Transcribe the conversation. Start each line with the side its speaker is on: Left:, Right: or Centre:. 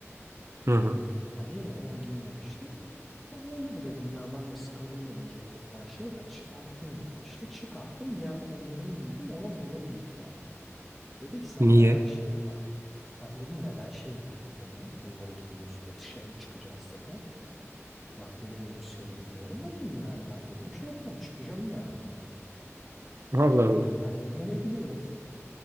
Right: Hı hı.
Centre: Hani onu giymemiştim. Tamam olur dedim ya ben de sıkıldım dedim ceketten şeyden çıkartayım dedim işte. Çıkarttım diğer kombinimi giydim ona burada bir yüklendi. Dedi ki sen
Right: Niye?
Centre: neden şey ha. Sen dedin neden şey giydin dedi. Bunları giyiyorsun dedi dışarı mı çıkacağız dedi. Yani dedim seni bilmiyorum dedim yani ben dedim şey yapacağım çıkacağım yani hani.
Right: Allah Allah.
Centre: Ben dedim eve gidiyorum. <laughs>